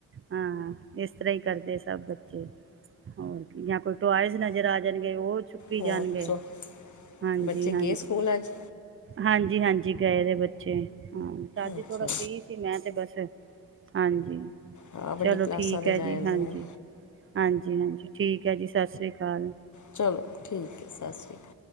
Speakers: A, on the right (about 35°); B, on the left (about 55°).
A: ਹਾਂ ਇਸ ਇਸ ਤਰ੍ਹਾਂ ਹੀ ਕਰਦੇ ਸਭ ਬੱਚੇ ਹੋਰ ਜਾਂ ਕੋਈ ਟੋਇਜ਼ ਨਜ਼ਰ ਆ ਜਾਣਗੇ ਉਹੁ ਚੁੱਕੀ
B: ਹੋਰ
A: ਜਾਣਗੇ
B: ਸੋ
A: ਹਾਂਜੀ
B: ਬੱਚੇ
A: ਹਾਂਜੀ
B: ਗਏ ਸਕੂਲ ਅੱਜ
A: ਹਾਂਜੀ ਹਾਂਜੀ ਗਏ ਦੇ ਬੱਚੇ ਹਾਂ ਦਾਦੀ
B: ਅੱਛਾ
A: ਥੋੜਾ ਫਲੀ ਮੈਂ ਤੇ ਬਸ ਹਾਂਜੀ
B: ਹਾਂ ਵੱਡੀ
A: ਚਲੋ
B: ਕਲਾਸਾਂ
A: ਠੀਕ
B: ਦੇ
A: ਹੈ ਜੀ
B: ਜਾਣਦੇ
A: ਹਾਂਜੀ
B: ਨੇ
A: ਹਾਂਜੀ ਹਾਂਜੀ ਠੀਕ ਹੈ ਜੀ ਸਤਿ ਸ਼੍ਰੀ ਅਕਾਲ
B: ਚਲੋ ਠੀਕ ਹੈ ਸਤਿ ਸ਼੍ਰੀ ਅਕਾਲ